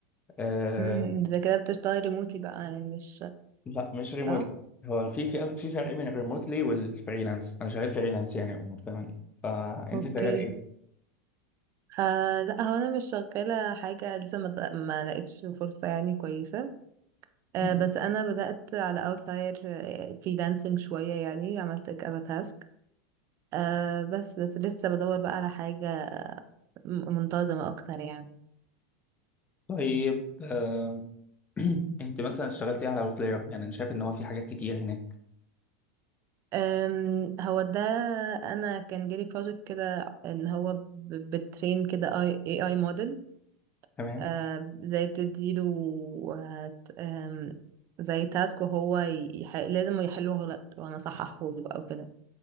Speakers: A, on the left (about 25°); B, on the right (about 45°).
A: آه
B: أمم، ده كده بتشتغلي ريموتلي بقى يعني مش
A: لا مش ريموتلي
B: صح
A: هو في في في فرق بين الريموتلي والفريلانس انا شغال فريلانس يعني يا عمر فاهمني فانت
B: اوكي
A: شغاله
B: آه لا هو انا مش شغاله حاجه لسه ما ط- ما لقيتش فرصه يعني كويسه آه
A: ايه
B: بس انا بدات على اوتلاير فريلانسنج شويه يعني عملت كذا تاسك آه بس بس لسه بدور بقى على حاجه م- منتظمه اكتر يعني
A: طيب آه... <clears throat> انت مثلا اشتغلتي على اوتلاير يعني انا شايف ان هو في حاجات كتير هناك
B: أم، هو ده انا كان جالي بروجكت كده ان هو ب- بترين كده اي اي موديل
A: تمام
B: آم، زي تديله هت... آم، زي تاسك وهو يح... لازم يحله غلط وانا صححه بقى وكده